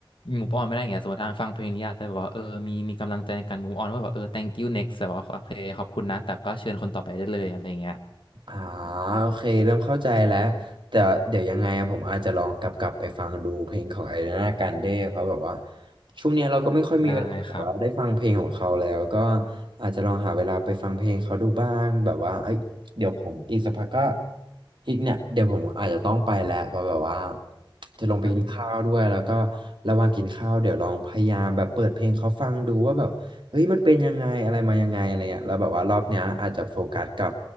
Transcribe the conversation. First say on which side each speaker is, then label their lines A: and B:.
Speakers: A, on the left; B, on the right.
A: move on ไม่ได้อย่างเงี้ยสมมติถ้าฟังเพลงนี้อาจจะแบบว่าเออมีมีกำลังใจในการ move on ว่าแบบเออ thank you next แบบว่าโอเคขอบคุณนะแต่ก็เชิญคนต่อไปได้เลยอะไรอย่างเงี้ย
B: อ่าโอเคเริ่มเข้าใจแล้วแต่เดี๋ยวยังไงอะผมอาจจะลองกลับกลับไปฟังดูเพลงของไอริานาการเด้เพราะแบบว่าช่วงเนี้ยเราก็ไม่ค่อยมีเวลาแบบว่าได้ฟังเพลงของเขาแล้วก็
A: ได้ครับ
B: อาจจะลองหาเวลาไปฟังเพลงเขาดูบ้างแบบว่าเอ้ยเดี๋ยวผมอีกสักพักก็อีกเนี่ยเดี๋ยวผมอาจจะต้องไปแล้วเพราะแบบว่าจะลงไปกินข้าวด้วยแล้วก็
A: อ่า
B: ระหว่างกินข้าวเดี๋ยวลองพยายามแบบเปิดเพลงเขาฟังดูว่าแบบเฮ้ยมันเป็นยังไงอะไรมายังไงอะไรเงี้ยแล้วแบบว่ารอบเนี้ยอาจจะโฟกัสกับ